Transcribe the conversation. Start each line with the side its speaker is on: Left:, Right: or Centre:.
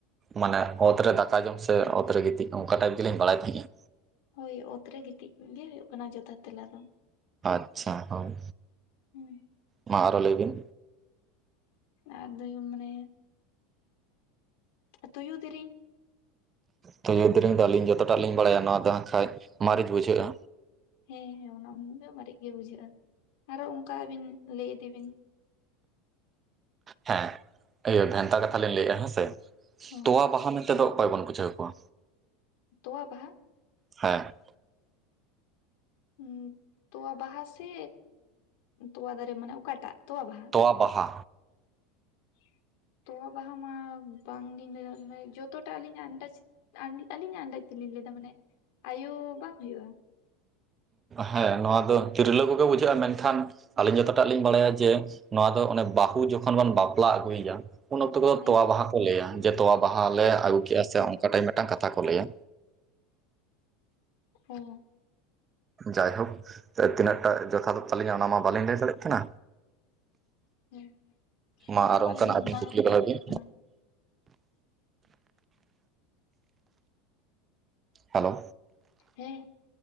Right: ᱢᱟᱱᱮ ᱚᱛ ᱨᱮ ᱫᱟᱠᱟ ᱡᱚᱢ ᱥᱮ ᱚᱛ ᱨᱮ ᱜᱤᱛᱤᱡ ᱚᱱᱠᱟ ᱴᱟᱭᱤᱯ ᱜᱮᱞᱤᱧ ᱵᱟᱲᱟᱭ ᱛᱟᱦᱮᱸᱜᱼᱟ
Left: ᱦᱳᱭ ᱚᱛ ᱨᱮ ᱜᱤᱛᱤᱡ ᱜᱮ ᱦᱩᱭᱩᱜ ᱠᱟᱱᱟ ᱡᱚᱛᱷᱟᱛ ᱛᱮᱞᱟ ᱫᱚᱼᱼ
Right: ᱟᱪᱪᱷᱟ ᱦᱳᱭ
Left: ᱦᱮᱸ
Right: ᱢᱟ ᱟᱨᱦᱚᱸ ᱞᱟᱹᱭ ᱵᱤᱱ
Left: ᱟᱫᱚᱧ ᱢᱚᱱᱮᱭᱟ ᱛᱩᱭᱩ ᱫᱤᱨᱤᱧᱼᱼ
Right: ᱛᱩᱛᱩ ᱰᱮᱨᱮᱝ ᱫᱚ ᱟᱹᱞᱤᱧ ᱡᱚᱛᱚᱴᱟᱜ ᱞᱤᱧ ᱵᱟᱲᱟᱭᱟ ᱱᱚᱣᱟ ᱫᱚ ᱠᱷᱟᱡ ᱢᱟᱨᱤᱪ ᱵᱩᱡᱷᱟᱹᱜᱼᱟ
Left: ᱦᱮᱸ ᱦᱮᱸ ᱚᱱᱟ ᱫᱚ ᱢᱟᱨᱤᱪ ᱜᱮ ᱵᱩᱡᱷᱟᱹᱜᱼᱟ ᱟᱨᱚ ᱚᱱᱠᱟ ᱟᱹᱵᱤᱱ ᱞᱟᱹᱭ ᱤᱫᱤ ᱵᱤᱱᱼᱼ
Right: ᱦᱮᱸ ᱤᱭᱟᱹ ᱵᱷᱮᱱᱛᱟ ᱠᱟᱛᱷᱟ ᱞᱤᱧ ᱞᱟᱹᱭᱮᱜᱼᱟ ᱦᱮᱸᱥᱮ
Left: ᱦᱚᱸ
Right: ᱛᱚᱣᱟ ᱵᱟᱦᱟ ᱢᱮᱱᱛᱮᱫ ᱫᱚ ᱚᱠᱚᱭ ᱵᱚᱱ ᱵᱩᱡᱷᱟᱹᱣ ᱠᱚᱣᱟ
Left: ᱛᱚᱣᱟ ᱵᱟᱦᱟ
Right: ᱦᱮᱸ
Left: ᱦᱩᱸ ᱛᱚᱣᱟ ᱵᱟᱦᱟ ᱥᱮ ᱛᱚᱣᱟ ᱫᱟᱨᱮ ᱢᱟᱱᱮ ᱚᱠᱟᱴᱟᱜ ᱛᱚᱣᱟ ᱵᱟᱦᱟ
Right: ᱛᱚᱣᱟ ᱵᱟᱦᱟ
Left: <inaudible> ᱛᱚᱣᱟ ᱵᱟᱦᱟ ᱢᱟ ᱵᱟᱝᱞᱤᱧ ᱞᱟᱹᱭ ᱫᱟᱲᱮᱭᱟᱜ ᱡᱚᱛᱚᱴᱟ ᱟᱞᱤᱧ ᱟᱱᱫᱟᱡᱽ <unintelligible> ᱟᱹᱞᱤᱧᱟᱜ ᱟᱱᱫᱟᱡᱽ ᱛᱮᱞᱤᱧ ᱞᱟᱹᱭᱟ ᱢᱟᱱᱮ ᱟᱭᱳ ᱵᱟᱝ ᱦᱩᱭᱩᱜᱼᱟ
Right: ᱦᱮᱸ ᱱᱚᱣᱟ ᱫᱚ ᱛᱤᱨᱞᱟᱹ ᱠᱚᱜᱮ ᱵᱩᱡᱷᱟᱹᱜᱼᱟ ᱢᱮᱱ ᱠᱷᱟᱱᱼᱼ ᱟᱹᱞᱤᱧ ᱡᱚᱛᱚᱴᱟᱜ ᱞᱤᱧ ᱵᱟᱲᱟᱭᱟ ᱡᱮ ᱱᱚᱣᱟ ᱫᱚ ᱚᱱᱮ ᱵᱟᱹᱦᱩ ᱡᱚᱠᱷᱚᱱ ᱵᱚᱱ ᱵᱟᱯᱞᱟ ᱟᱹᱜᱩᱭ ᱮᱭᱟ ᱩᱱ ᱚᱠᱛᱚ ᱠᱚᱫᱚ
Left: ᱦᱮᱸ
Right: ᱛᱳᱣᱟ ᱵᱟᱦᱟ ᱠᱚ ᱞᱟᱹᱭᱟ ᱡᱮ ᱛᱚᱣᱟ ᱵᱟᱦᱟ ᱞᱮ ᱟᱹᱜᱩ ᱠᱮᱼᱟ ᱥᱮ ᱚᱱᱠᱟ ᱴᱟᱜ ᱢᱤᱫᱴᱟᱝ ᱠᱟᱛᱷᱟ ᱠᱚ ᱞᱟᱹᱭᱟ
Left: ᱳᱻ
Right: ᱡᱟᱭᱦᱳᱠ ᱛᱤᱱᱟᱹᱜᱴᱟ ᱡᱚᱛᱷᱟᱛ ᱛᱟᱹᱞᱤᱧᱟ ᱚᱱᱟ ᱢᱟ ᱵᱟᱹᱞᱤᱧ ᱞᱟᱹᱭ ᱫᱟᱲᱮᱭᱟᱜ ᱠᱟᱱᱟ
Left: ᱦᱮᱸ
Right: ᱢᱟ
Left: ᱚᱱᱟ
Right: ᱟᱨᱦᱚᱸ
Left: ᱦᱚᱸ
Right: ᱚᱱᱠᱟᱱᱟᱜ
Left: ᱟᱹᱞᱤᱧ ᱫᱚ
Right: ᱟᱹᱵᱤᱱ
Left: ᱵᱟᱝᱞᱤᱧ
Right: ᱠᱩᱠᱞᱤ ᱫᱚᱦᱚᱭ
Left: ᱞᱟᱹᱭ ᱫᱟᱲᱮᱭᱟᱜ
Right: ᱵᱤᱱ
Left: ᱠᱟᱱᱟ
Right: ᱦᱮᱞᱳ
Left: ᱦᱮᱸ